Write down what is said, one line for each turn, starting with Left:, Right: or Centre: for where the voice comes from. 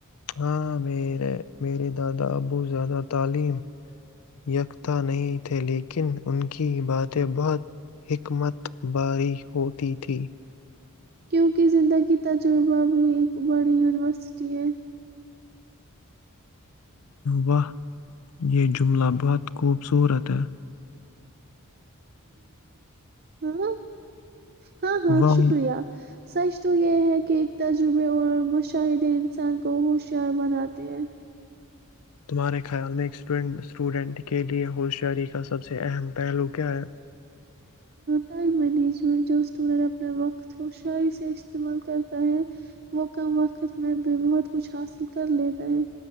Left: ہاں میرے دادا ابو زیادہ تعلیم یکتتا نہیں تھے لیکن ان کی باتیں بہت حکمت باری ہوتی تھیں
Right: کیونکہ زندگی تجربہ بھی ایک بڑی یونیورسٹی ہے
Left: وہاہ یہ جملہ بہت خوبصورت ہے
Right: ہاں ہاں ہاں
Left: واہ
Right: شکریہ سچ تو یہ ہے کہ ایک تجربے اور مشاہدے انسان کو ہوشیار بناتے ہیں
Left: تمہارے خیال میں اسٹوڈنٹ کے لیئے ہوشیاری کا سب سے اہم پہلو کیا ہے
Right: ٹائم مینجمنٹ جو اسٹوڈینٹ اپنا وقت خوشری سے استعمال کرتا ہے وہ کم وقت میں بھی بہت کچھ حاصل کر لیتا ہے